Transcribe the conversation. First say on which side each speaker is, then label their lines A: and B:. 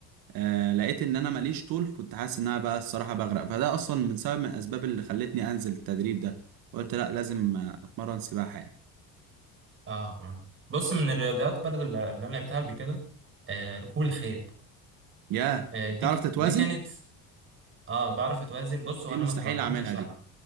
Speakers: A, on the right; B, on the right.
A: آه لقيت ان انا ماليش طول كنت حاسس ان انا بقى الصراحه بغرق فده اصلا من سبب من الاسباب اللي خلتني انزل التدريب ده قلت لا لازم آه، اتمرن سباحه يعني
B: اه آه. بص من الرياضيات برضو اللي اللي انا لعبتها قبل كده آه ركوب الخيل
A: يا
B: آه دي
A: تعرف تتوازن
B: دي كانت اه بعرف اتوازن بص
A: دي
B: هو انا
A: مستحيل
B: ما اتمرنتش
A: اعملها دي
B: على